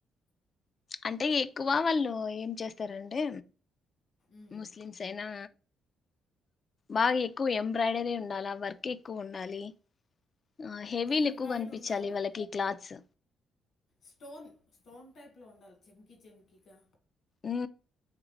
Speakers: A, on the left; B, on the left.
A: అంటే ఎక్కువ వాళ్ళు ఏం చేస్తారంటే
B: ఉమ్.
A: ముస్లిమ్స్ అనా బాగా ఎక్కువ ఎంబ్రాయిడరీ ఉండాలా వర్క్ ఎక్కువ ఉండాలి ఆ హెవీలు
B: ఎంబ్రాయిడ్
A: ఎక్కువగా కనిపించాలి
B: ఉండాలి
A: వాళ్ళకి క్లాత్స్
B: స్టోన్ స్టోన్ టైప్లో ఉండాలి చెంకిీ చెంకీగా
A: ఉ